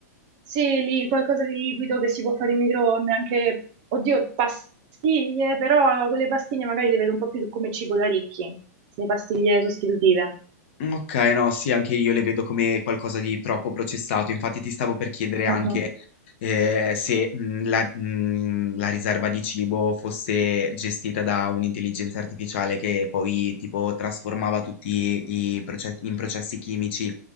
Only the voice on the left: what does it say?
Mhmm, okay, no, sì, anche io le vedo come qualcosa di troppo processato. Infatti ti stavo per chiedere anche,
ehm, se, mhmm, la mhmm, la riserva di cibo fosse gestita da un'intelligenza artificiale che poi tipo trasformava tutti i proce in processi chimici